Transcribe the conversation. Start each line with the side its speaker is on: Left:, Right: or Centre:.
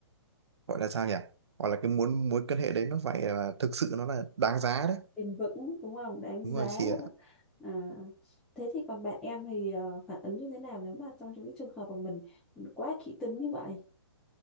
Right: gọi là sao nhỉ gọi là cái muốn mối quan hệ đấy nó phải là thực sự nó là đáng giá đấy
Centre: bền vững đúng không đáng
Right: đúng
Centre: giá
Right: rồi chị ạ
Centre: à, thế thì còn bạn em thì ờ, phản ứng như thế nào nếu mà trong những cái trường hợp mà mình, mình quá kỹ tính như vậy